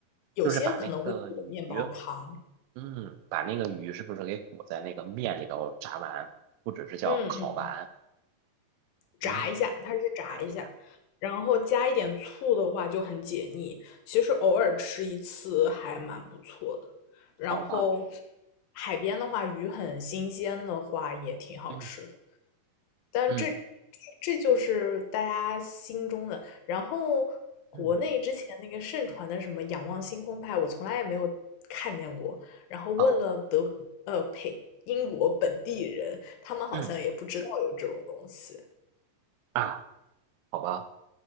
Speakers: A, on the left (about 80°); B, on the right (about 85°).
A: 有些可能会裹面包糠，
B: 就是把那个鱼，嗯，把那个鱼是不是给裹在那个面里头炸完，或者是叫烤完？
A: 嗯嗯炸一下，
B: 嗯，
A: 它是炸一下，
B: 查一下，
A: 然后加一点醋的话就很解腻。其实偶尔吃一次还蛮不错的。然后
B: 好吧，
A: 海边的话，鱼很新鲜的话也挺好吃的。
B: 嗯
A: 但这
B: 嗯
A: 这就是大家心中的。然后国内之前那个盛传的什么仰望星空派，
B: 嗯，
A: 我从来也没有看见过。然后问了德国，
B: 哦，
A: 呃，呸，英国本地人，他们好像也不知道有这种东西。
B: 嗯啊，好吧，